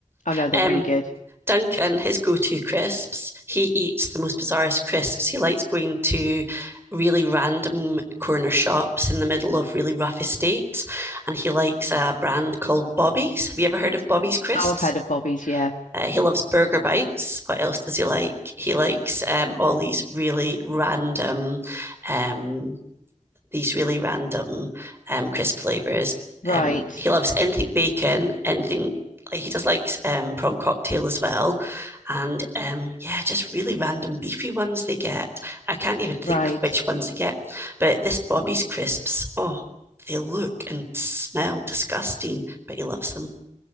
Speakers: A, on the left; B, on the right.
A: Oh no, they're
B: Um,
A: really good.
B: Duncan, his go to crisps, he eats the most bizarrest crisps. He likes going to really random corner shops in the middle of really rough estates. And he likes a brand called Bobby's. Have you ever heard of Bobby's Crisps?
A: Oh, I've heard of Bobby's, yeah.
B: Uh, he loves burger bites. What else does he like? He likes um, all these really random um, these really random um, crisp flavors.
A: Right,
B: Um, he loves anything bacon, anything. like, He just likes um, prawn cocktail as well, and um, yeah, just really random beefy ones they get. I can't even think
A: right.
B: which ones they get, but this Bobby's crisps, oh, they look and smell disgusting, but he loves them.